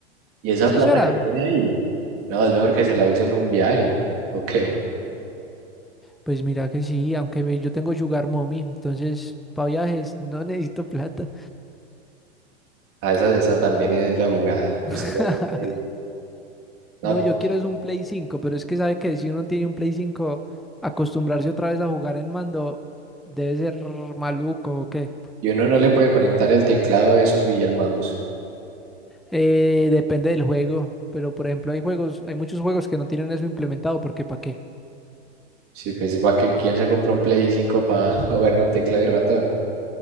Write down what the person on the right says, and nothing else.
Y esa
plata
que tiene ahí, no, es mejor que se la use en un viaje. Ok.
Ah, esa, esa también es la jugada
que usted ya tiene ahí. No,
pero
sí.
Y uno no le puede conectar el teclado, eso y el mouse.
Sí, pues para que quién se compró un Play 5 para <laughs> jugar con teclado y ratón.